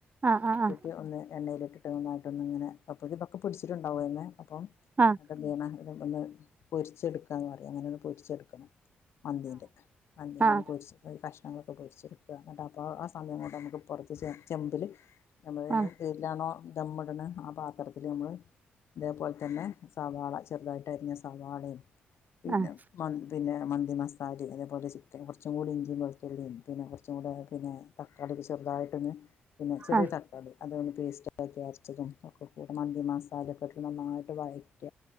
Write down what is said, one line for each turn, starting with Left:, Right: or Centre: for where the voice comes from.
Right: ആഹ്
Left: അതിലിട്ടിട്ട്
Right: ആഹ്
Left: ഒന്ന് എണ്ണയിലിട്ട് പിട്ടന്നായിട്ടൊന്നും ഇങ്ങനെ പപ്പക്കിതൊക്കെ പിടിച്ചിട്ടുണ്ടാവോ എന്ന് അപ്പം
Right: ആഹ്
Left: ന്നിട്ടെന്ത് ചെയ്യണം ഇത് ഒന്ന് പൊരിച്ചെടുക്കുകാന്ന് പറിം അങ്ങനെ ഒന്ന് പൊരിച്ചെടുക്കണം മന്തീൻ്റെ മന്തിനെ
Right: ആഹ്
Left: അത് പൊരിച്ച്ഈ കഷ്ണങ്ങളൊക്കെ പൊരിച്ചെടുക്കാ ഇന്നിട്ട് അപ്പോൾ ആ സമയം കൊണ്ട് അമക്ക് കൊറച്ച് ചെ ചെമ്പില് ഞമ്മള്
Right: ആഹ്
Left: ഏയിലാണോ ദമ്മ്ട്ണെ ആ പാത്രത്തില് ഞമ്മള് ഇതേപോലെത്തന്നെ സവാള ചെറുതായിട്ട് അരിഞ്ഞ സവാളയും പിന്നെ
Right: ആഹ്
Left: മ പിന്നെ മന്തി മസാലിം അതേപോലെ ചിക്കനും കൊറച്ചും കൂടി ഇഞ്ചിം വെളുത്തുള്ളിം പിന്നെ കൊറച്ചും കൂടെ ആയ പിന്നെ തക്കാളി ചെറുതായിട്ടൊന്ന് പിന്നെ ചെറിയ
Right: ആഹ് ആഹ് ആഹ്
Left: തക്കാളി അതൊന്ന് പേസ്റ്റ് ഇതൊക്കെ അരച്ചതും ഒക്കെ കൂടെ മ ന്തിമാസാലൊക്കെ ഇട്ട് നന്നാ വയറ്റ